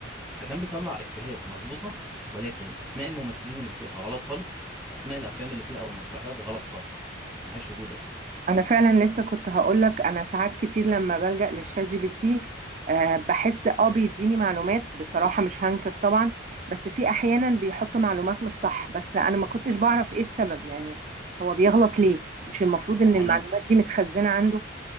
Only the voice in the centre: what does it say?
فكان بيطلع افيهات مظبوطه ولكن اسماء الممثلين اللي بتقولها غلط خالص اسماء الافلام اللي فيها او المسرحيات غلط خالص ملهاش وجود اساسا
ما هو
انا